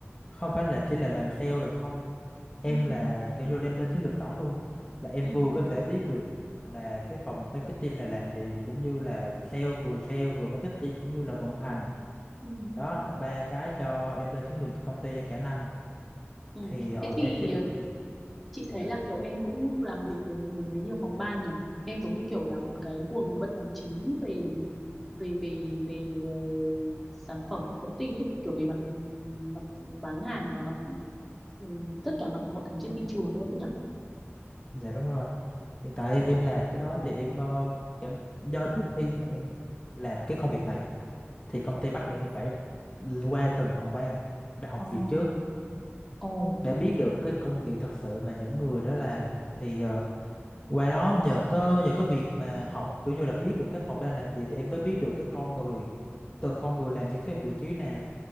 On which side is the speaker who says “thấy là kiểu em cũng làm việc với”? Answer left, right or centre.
Centre